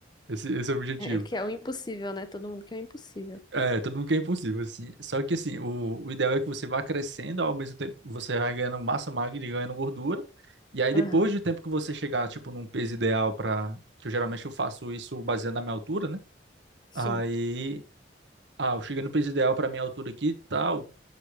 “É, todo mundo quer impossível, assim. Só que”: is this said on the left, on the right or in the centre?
Right